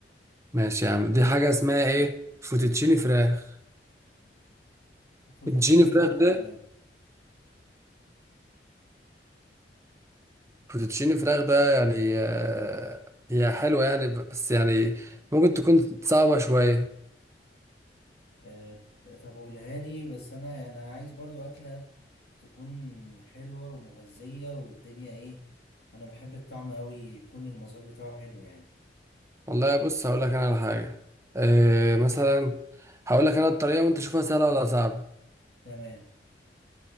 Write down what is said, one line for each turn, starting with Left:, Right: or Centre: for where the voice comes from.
Right: ماشي يا عم دي حاجه اسمها ايه فوتوتشيني فراخ
Left: فوتوتشيني
Right: فوتوتشيني فراخ
Left: فراخ
Right: ده
Left: تمام
Right: فوتوتشيني فراخ ده يعني آه، هي حلوه يعني بس يعني ممكن تكون صعبه شويه
Left: أه... طب قولها لي بس أنا يعني عايز برضو أكلة تكون حلوة ومغذية والدنيا ايه انا بحب الطعم قوي يكون المذاق بتاعه حلو يعني
Right: والله بص هقول لك انا على حاجه آه، مثلا هقول لك انا الطريقه وانت شوفها سهله ولا صعبه
Left: تمام